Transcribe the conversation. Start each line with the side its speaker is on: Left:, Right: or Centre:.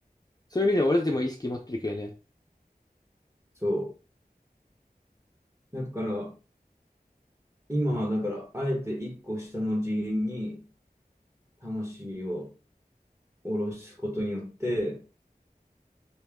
Left: そういう意味では俺たちも意識持ってるけどね。
Right: そう。だから、今はだから、あえて一個下の次元に魂を下ろすことによって、